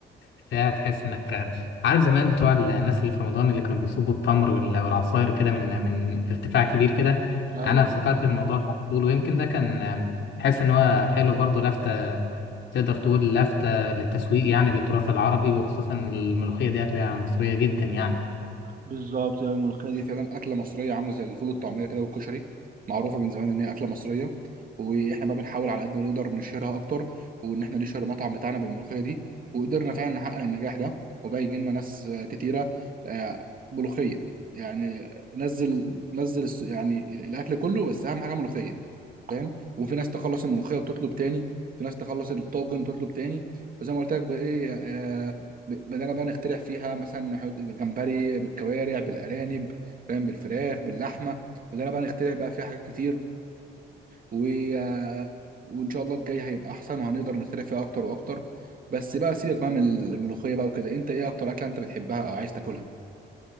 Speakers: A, on the left; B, on the right.
A: ارتفاع تحس انك آه، عارف زمان بتوع الناس اللي في رمضان اللي كانوا بيصبوا التمر وال- والعصاير كده من من ارتفاع كبير كده
B: ايوه
A: انا افتكرت الموضوع ده على طول ويمكن ده كان آه، تحس ان هو حلو برضو لفته تقدر تقول لافتة للتسويق يعني للتراث العربي وخصوصا الملوخية دي أكلة مصرية جدا يعني
B: بالظبط هي الملوخيه دي فعلا اكله مصريه عامله زي الفول والطعميه كده والكشري معروفه من زمان ان هي اكله مصريه واحنا بقى بنحاول على قد ما نقدر نشهرها اكتر وان احنا نشهر المطعم بتاعنا بالملوخيه دي وقدرنا فعلا نحقق النجاح ده وبقى يجي لنا ناس آه، كتيره آه، ملوخيه يعني نزل نزل الس- يعني الاكل كله بس اهم حاجه ملوخيه فاهم وفي ناس تخلص الملوخيه وتطلب تاني في ناس تخلص الطاجن وتطلب تاني وزي ما قلت لك بقى ايه آه، ب- بدأنا بقى نخترع فيها مثلا نحط جمبري بالكوارع بالأرانب فاهم بالفراخ باللحمة بدأنا بقى نخترع بقى فيها حاجات كتير و... آه، وإن شاء الله الجاي هيبقى أحسن وهنقدر نخترع فيها أكتر وأكتر بس بقى سيبك بقى من الملوخية بقى وكده أنت إيه أكتر أكلة أنت بتحبها أو عايز تاكلها؟